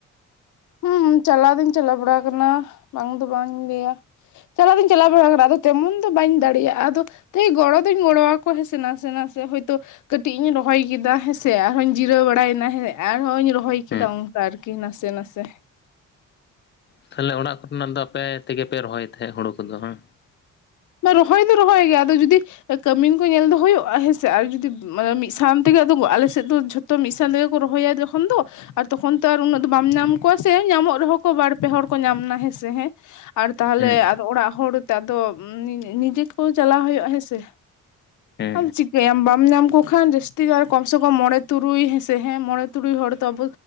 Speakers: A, on the left; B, on the left.
A: ᱦᱩᱸ ᱪᱟᱞᱟᱣ ᱫᱩᱧ ᱪᱟᱞᱟᱣ ᱵᱟᱲᱟ ᱟᱠᱟᱱᱟ ᱵᱟᱝ ᱫᱚ ᱵᱟᱝ ᱤᱧ ᱞᱟᱹᱭᱟ ᱪᱟᱞᱟᱣ ᱫᱚᱧ ᱪᱟᱞᱟᱣ ᱵᱟᱲᱟ ᱟᱠᱟᱱᱟ ᱟᱫᱚ ᱛᱮᱢᱚᱱ ᱫᱚ ᱵᱟᱹᱧ ᱫᱟᱲᱮᱭᱟᱜᱼᱟ ᱟᱫᱚᱼᱼ <unintelligible> ᱜᱚᱲᱚ ᱫᱚᱧ ᱜᱚᱲᱚᱣᱟ ᱠᱚᱣᱟ ᱦᱮᱸ ᱥᱮ ᱱᱟᱥᱮ ᱱᱟᱥᱮ ᱦᱚᱭᱛᱚ ᱠᱟᱹᱴᱤᱡ ᱤᱧ ᱨᱚᱦᱚᱭ ᱠᱮᱫᱟ ᱦᱮᱸᱥᱮ ᱟᱨ ᱦᱚᱸᱧ ᱡᱤᱨᱟᱹᱣ ᱵᱟᱲᱟᱭ ᱮᱱᱟ ᱦᱮᱸ ᱟᱨᱦᱚᱧ ᱨᱚᱦᱚᱭ
B: ᱦᱮᱸ
A: ᱠᱮᱫᱟ ᱚᱱᱠᱟ ᱟᱨᱠᱤ ᱱᱟᱥᱮ ᱱᱟᱥᱮ <inaudible>
B: ᱛᱟᱦᱚᱞᱮ ᱚᱲᱟᱜ ᱠᱚ ᱨᱮᱱᱟᱜ ᱫᱚ ᱟᱯᱮ ᱛᱮᱜᱮ ᱯᱮ ᱨᱚᱦᱚᱭ ᱛᱟᱦᱮᱸᱫ ᱦᱩᱲᱩ ᱠᱚᱫᱚ ᱵᱟᱝ
A: ᱨᱚᱦᱚᱭ ᱫᱚ ᱨᱚᱦᱚᱭ ᱜᱮᱭᱟ ᱟᱫᱚ ᱡᱩᱫᱤ ᱠᱟᱹᱢᱤᱱ ᱠᱚ ᱧᱮᱞ ᱫᱚ ᱦᱩᱭᱩᱜᱼᱟ ᱦᱮᱸᱥᱮ ᱟᱨ ᱡᱩᱫᱤ ᱮ ᱢᱤᱫ ᱥᱟᱶ ᱛᱮ ᱜᱮ ᱟᱞᱮ ᱥᱮᱫ ᱫᱚ ᱡᱚᱛᱚᱼᱼ ᱛᱚ ᱢᱤᱫ ᱥᱟᱶ ᱛᱮᱜᱮ ᱠᱚ ᱨᱚᱦᱟᱭ ᱟ ᱡᱚᱠᱷᱚᱱ ᱫᱚᱼᱼ ᱟᱨ ᱛᱚᱠᱷᱚᱱ ᱛᱚ ᱟᱨ ᱩᱱᱟᱹᱜ ᱫᱚ ᱵᱟᱢ ᱧᱟᱢ ᱠᱚᱣᱟ ᱥᱮ ᱧᱟᱢᱚᱜ ᱨᱮᱦᱚᱸ ᱠᱚ ᱵᱟᱨ ᱯᱮ ᱦᱚᱲ ᱠᱚ ᱧᱟᱢ ᱱᱟ ᱦᱮᱸᱥᱮ ᱦᱮᱸ ᱟᱨ ᱛᱟᱦᱞᱮ
B: ᱦᱩᱸ
A: ᱟᱫᱚ ᱚᱲᱟᱜ ᱦᱚᱲᱛᱮ ᱟᱫᱚ ᱱᱤᱡᱮ ᱠᱚ ᱪᱟᱞᱟᱣ ᱦᱩᱭᱩᱜᱼᱟ ᱦᱮᱸᱥᱮ
B: ᱦᱮᱸ
A: ᱟᱢ ᱪᱤᱠᱟᱹᱭᱟᱢ ᱵᱟᱢ ᱧᱟᱢ ᱠᱚ ᱠᱷᱟᱱ ᱡᱟᱹᱥᱛᱤ ᱠᱚᱢ ᱥᱮ ᱠᱚᱢ ᱢᱚᱬᱮ ᱛᱩᱨᱩᱭ ᱦᱮᱸᱥᱮ ᱦᱮ ᱢᱚᱬᱮ ᱛᱩᱨᱩᱭ ᱦᱚᱲ ᱛᱚ ᱟᱵᱚ